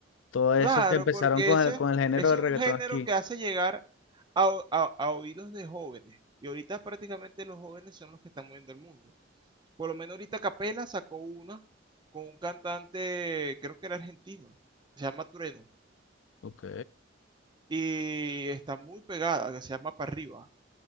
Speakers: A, on the left; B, on the right.
A: todos
B: Claro,
A: esos que empezaron
B: porque
A: con
B: ese,
A: el, con el género
B: ese
A: de
B: es
A: reggaetón
B: un género
A: aquí.
B: que hace llegar a, o- a- a oídos de jóvenes. Y ahorita prácticamente los jóvenes son los que están moviendo el mundo. Por lo menos ahorita Capela sacó una con un cantante, creo que era argentino, se llama Trueno.
A: Ok,
B: Y está muy pegada, que se llama Para Arriba.